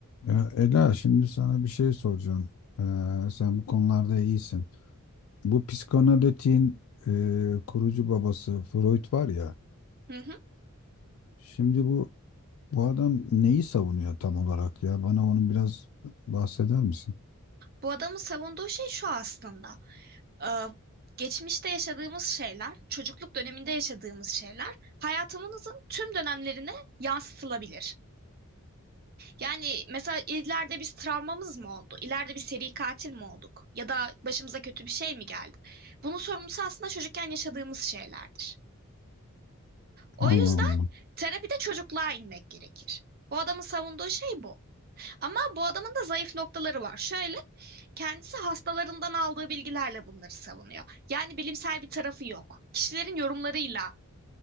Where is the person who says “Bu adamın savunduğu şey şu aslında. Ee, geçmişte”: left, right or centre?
Right